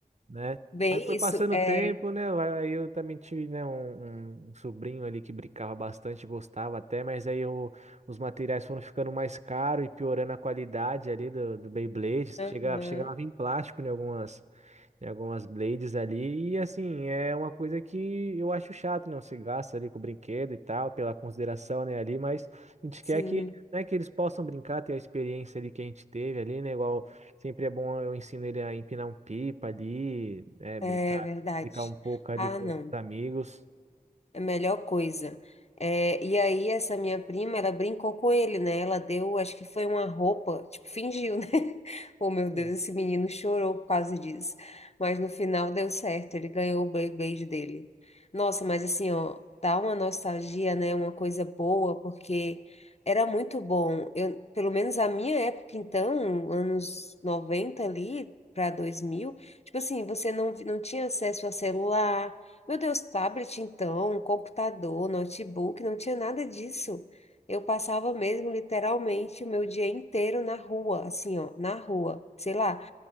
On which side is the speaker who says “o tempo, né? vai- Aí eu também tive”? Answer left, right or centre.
Right